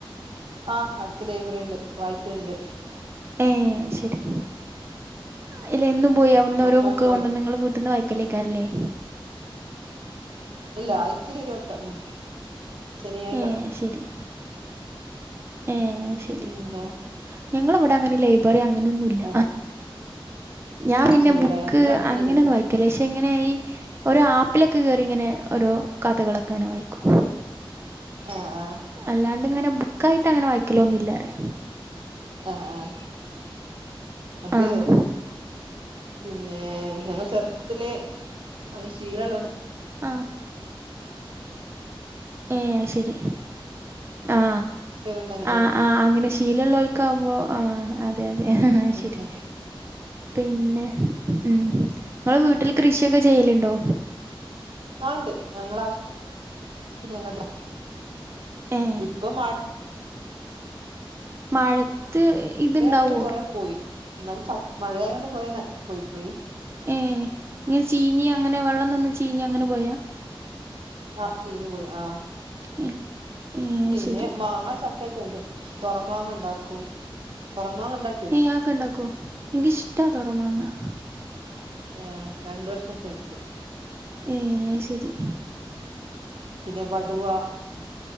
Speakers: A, on the right (about 70°); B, on the right (about 25°).
A: ആഹ അടുത്ത് ലൈബ്രറി ഉണ്ട്. വായി ക്കൽണ്ട്.
B: ഏ ശരി. അല്ല എന്നും പോയി അവിടുന്ന്
A: മക്കളൊക്കെ
B: ഓരോ ബുക്ക് കൊണ്ടന്ന്
A: വായിക്കും
B: ഇങ്ങൾ വീട്ടീന്ന് വായിക്കലേക്കാരല്ലേ?
A: ഇല്ല ആഴ്ചയിൽ ഒരു വട്ടം ഉം, ശനിയാഴ്ച.
B: ഏ ശരി ഏ ശരി
A: പിന്നെ
B: ഞങ്ങളവിടെ അങ്ങനെ ലൈബ്രറി അ- ങ്ങനൊന്നുല്ല.
A: ആഹ്
B: ഞാൻ പിന്നെ
A: ഇല്ലല്ലേ
B: ബുക്ക്
A: ഇവിടെ അടുത്തന്നെ
B: അങ്ങനെന്നു വായി- ല്ല പക്ഷെ ഇങ്ങനെ ഈ ഓരോ ആപ്പിലൊക്കെ കേറി ഇങ്ങനെ ഓരോ കഥകളൊക്കെ- കനെ വായിക്കു.
A: ആഹ് ആഹ്
B: അല്ലാണ്ട് ഇങ്ങനെ ബു - ക്കായിട്ട് അങ്ങനെ വായിക്കലോന്നില്ലറിയാ.
A: ആഹ ആഹ അത്
B: ആഹ്
A: പിന്നെ.. ഞങ്ങ ചെറുപ്പ- പത്തിൽ അങ്ങനെ ശീലള്ളോണ്ട്പ്പ
B: ആഹ ഏ ശരി ആഹ
A: ണ്ട് അങ്ങനെ
B: ആഹാ ആഹാ അങ്ങനെ ശീലള്ളോല്ക്ക്‌ ആവുമ്പോ ആഹ അതെ അതെ ആഹ
A: പിന്നെ
B: ശരി പിന്നെ, ഉം നിങ്ങൾ വീട്ടില് കൃഷിയൊക്കെ ചെയ്യലുണ്ടോ?
A: ആണ്ട്, ഞങ്ങളവി സ ത്തിന് ഞാ ങ്ങൾ തെ
B: ഏഹ്
A: ഇപ്പൊ മഴ -
B: മഴത്ത്- ഇത്ണ്ടാവോ
A: മഴയോണ്ട് കൊറേ പോയി. എന്നാലുംചാ മഴായൊണ്ട് കൊറേ പോയി പോയി.
B: ഏ ഇങ്ങനെ ചീഞ്ഞു അങ്ങനെ വെള്ളം നിന്ന് ചീഞ്ഞു അങ്ങനെ പോയാ.
A: ആഹ് ചീഞ്ഞുപോയി. ആ
B: ഏഹ് ഏഹ് അത്
A: പിന്നെ,
B: ശരി
A: മാങ്ങ ചക്ക ഒക്കെ ണ്ട്. തൊറമാങ്ങാ ഉണ്ടാക്കും. <unintelligible>
B: ഏയ് ആക്കണ്ടാക്കോ എനിക്കിഷ്ടാ തൊറമാങ്ങ
A: ആഹ രണ്ട്‌ വർഷക്ക വക്കും
B: ഏ അയ്ശരി
A: പിന്നെ വടുവ